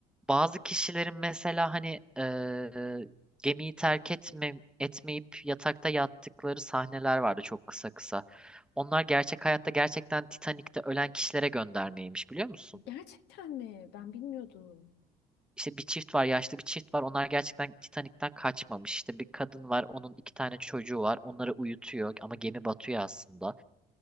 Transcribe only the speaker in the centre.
bazı kişilerin mesela hani eee, gemiyi terk etme, etmeyip yatakta yattıkları sahneler vardı çok kısa kısa. Onlar gerçek hayatta gerçekten Titanik'te ölen kişilere göndermeymiş biliyor musun?
İşte bir çift var, yaşlı bir çift var. Onlar gerçekten Titanik'ten kaçmamış. İşte bir kadın var, onun iki tane çocuğu var. Onları uyutuyor ama gemi batıyor aslında.